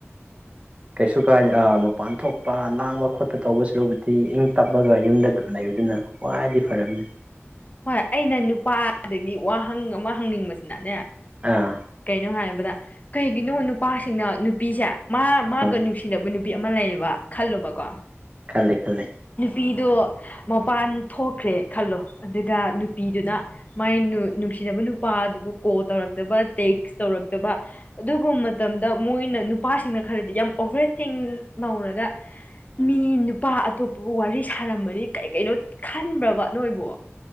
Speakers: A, on the right; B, on the left.
A: ꯀꯩꯁꯨ ꯀꯥꯏ ꯃꯄꯥꯟ ꯊꯣꯛꯄ ꯂꯥꯡꯕ ꯈꯣꯠꯄ ꯇꯧꯕꯁꯨꯕꯨꯗꯤ ꯏꯪ ꯇꯞꯄꯒ ꯌꯨꯝꯗ ꯑꯗꯨꯝ ꯂꯩꯕ ꯑꯗꯨꯅ ꯈ꯭ꯋꯥꯏꯗꯤ ꯐꯔꯥꯞꯅꯦ
B: ꯍꯣꯏ ꯑꯩꯅ ꯅꯨꯄꯥꯗꯒꯤ ꯋꯥꯍꯪ ꯑꯃ ꯍꯪꯅꯤꯡꯕꯁꯤꯅꯅꯦ
A: ꯑꯥ
B: ꯀꯩꯅꯣ ꯍꯥꯏꯕꯗ ꯀꯩꯒꯤꯅꯣ ꯅꯨꯄꯥꯁꯤꯡꯅ ꯅꯨꯄꯤꯁꯦ ꯃꯥ ꯃꯥꯒ
A: ꯎꯝ
B: ꯅꯨꯡꯁꯤꯅꯕ ꯅꯨꯄꯤ ꯅꯨꯄꯤ ꯑꯃ ꯂꯩꯌꯦꯕ ꯈꯜꯂꯨꯕꯀꯣ
A: ꯈꯜꯂꯦ ꯈꯜꯂꯦ
B: ꯅꯨꯄꯤꯗꯣ ꯃꯄꯥꯟ ꯊꯣꯛꯈ꯭ꯔꯦ ꯈꯜꯂꯣ ꯑꯗꯨꯒ ꯅꯨꯄꯤꯗꯨꯅ ꯃꯥꯏ ꯅꯨꯡꯁꯤꯅꯕ ꯅꯨꯄꯥ ꯑꯗꯨꯕꯨ ꯀꯣꯜ ꯇꯧꯔꯛꯇꯕ ꯇꯦꯛꯁ ꯇꯧꯔꯛꯇꯕ ꯑꯗꯨꯒꯨꯝꯕ ꯃꯇꯝꯗ ꯃꯣꯏꯅ ꯅꯨꯄꯥꯁꯤꯡꯅ ꯈꯔꯗꯤ ꯌꯥꯝ ꯑꯣꯕꯔ ꯊꯤꯡ ꯇꯧꯔꯒ ꯃꯤ ꯅꯨꯄꯥ ꯑꯇꯣꯞꯄ ꯑꯗꯨꯕꯨ ꯋꯥꯔꯤ ꯁꯥꯔꯝꯕꯅꯤ ꯀꯩ ꯀꯩꯅꯣ ꯈꯟꯕ꯭ꯔꯕ ꯅꯣꯏꯕꯣ